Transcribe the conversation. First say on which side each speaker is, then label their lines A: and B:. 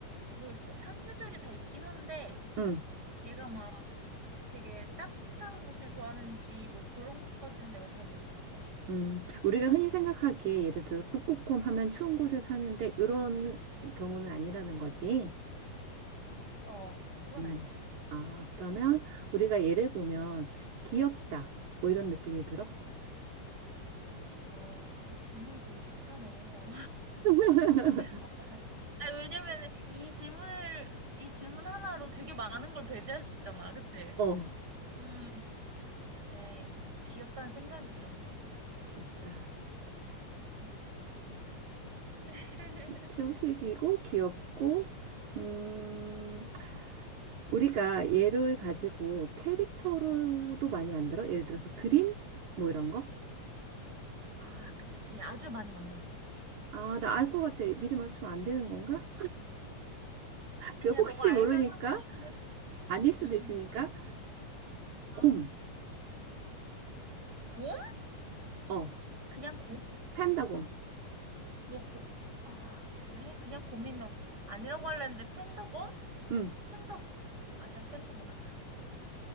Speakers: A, on the right; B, on the right.
A: 모르겠어. 사계절이 다 있긴 한데,
B: 음,
A: 얘가 막 되게 따뜻한 곳을 좋아하는지 뭐 그런 것까지는 내가 잘 모르겠어.
B: 음. 우리가 흔히 생각하기에 예를 들어 북극곰 하면 추운 곳에 사는데 이런 경우는 아니라는 거지.
A: 어, 그건
B: 음.
A: 아니야.
B: 아, 그러면 우리가 예를 보면 귀엽다. 뭐 이런 느낌이 들어?
A: 어, 아, 질문이 되게 좋다, 너.
B: <laughs>
A: <laughs> 아, 왜냐면 이 질문을, 이 질문 하나로 되게 많은 걸 배제할 수 있잖아. 그치?
B: 어,
A: 음, 그래. 귀엽다는 생각이 들어.
B: 귀엽다.
A: 음. <laughs>
B: 치우식이고 귀엽고 음, 우리가 얘를 가지고 캐릭터로도 많이 만들어? 예를 들어서 그림? 뭐 이런 거?
A: 아, 그치. 아주 많이 만들었어.
B: 아, 나 알 것 같아. 미리 맞추면 안 되는 건가?
A: 아니야,
B: 그 혹시
A: 너가 알면
B: 모르니까
A: 한번 도전해봐.
B: 아닐 수도
A: 응,
B: 있으니까 곰.
A: 응. 어? 곰?
B: 어.
A: 그냥 곰?
B: 판다 곰.
A: 너 곰? 아, 아이, 그냥 곰이면 아니라고 하려는데 팬더곰?
B: 응.
A: 팬더 맞아 팬더 맞아